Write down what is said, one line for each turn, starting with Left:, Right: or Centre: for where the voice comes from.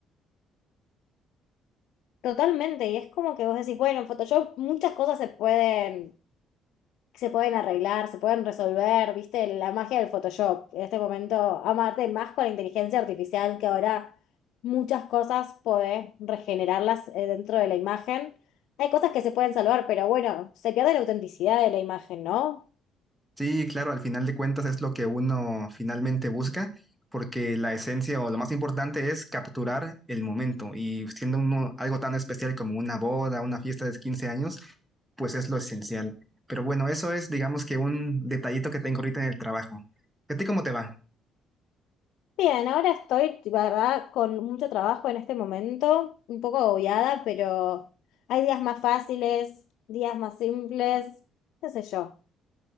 Left: Totalmente, y es como que vos decís, bueno, en Photoshop muchas cosas se pueden se pueden arreglar, se pueden resolver, viste, la magia del Photoshop. En este momento, amarte más con la inteligencia artificial que ahora muchas cosas podés regenerarlas eh, dentro de la imagen. Hay cosas que se pueden salvar, pero bueno, se pierde la autenticidad de la imagen, ¿no?
Centre: Sí, claro, al final de cuentas es lo que uno finalmente busca, porque la esencia o lo más importante es capturar el momento y siendo uno algo tan especial como una boda, una fiesta de 15 años, pues es lo esencial. Pero bueno, eso es, digamos que un detallito que tengo ahorita en el trabajo. ¿A ti cómo te va?
Left: Bien, ahora estoy, la verdad, con mucho trabajo en este momento, un poco agobiada, pero hay días más fáciles, días más simples, qué sé yo.